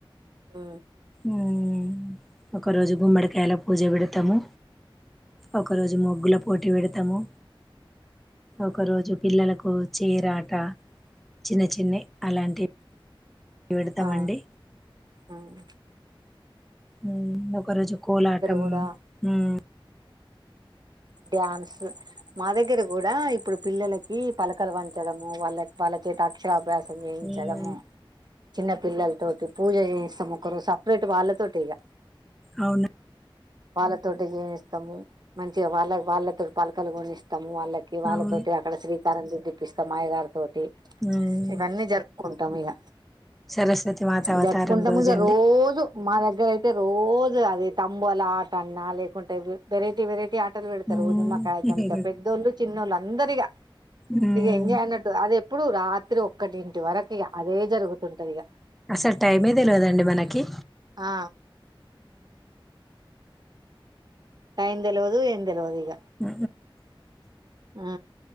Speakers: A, on the right (about 50°); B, in the centre.
A: ఆ
B: ఉమ్ ఒక రోజు గుమ్మడికాయల పూజ పెడతాము ఒక రోజు ముగ్గుల పోటీ పెడతాము ఒక రోజు పిల్లలకు చేరాట చిన్న చిన్నయి అలాంటివి పెడతామండి
A: ఆ ఉమ్
B: ఉమ్ ఒక రోజు కోలాటం
A: కూడా
B: ఉమ్
A: డ్యాన్స్ మా దగ్గిర కూడా ఇప్పుడు పిల్లలకి ఈ పలకలు వంచడము వాళ్ళ వాళ్ళ చేత అక్షరాభ్యాసం చేయించడము
B: మ్మ్.
A: చిన్న పిల్లలతోటి పూజ జేస్తాం ఒకరు సపరేట్ వాళ్ళతోటి ఇగ
B: అవును
A: వాళ్ళతోటి జేస్తాము మంచి వాళ్ళ వాళ్ళతో పలకలు కొనిస్తాం ము వాళ్ళకి వాళ్ళతోటి
B: అవును
A: అక్కడ శ్రీ <unintelligible> తోటి
B: మ్మ్.
A: ఇవన్నీ జరుపు కొంటాం ఇగ
B: సరస్వతి మాత అవతారం
A: జరుపుకుంటా
B: రోజండి
A: మిగ రోజు మా దగ్గర అయితే రోజు అదిై తంబుల ఆట అన్నా లేకుంటే వెరైటీ వెరైటీ ఆట వెడతారు
B: మ్మ్.
A: నిమకాయ చెంచా పెద్దళ్లు చిన్నోళ్లు అందరిగా
B: ఉమ్
A: ఇగ ఎంజాయ్ అన్నట్టు అదే ఇప్పుడు రాత్రి ఒక్కటింటి వరకి అదే జరుగుతుంటది ఇక
B: అసలు టైమే తెలివదండి మనకి
A: ఆ టైంద దెల్వదు ఏంద దెల్వదు ఇగ
B: ఊ
A: ఆ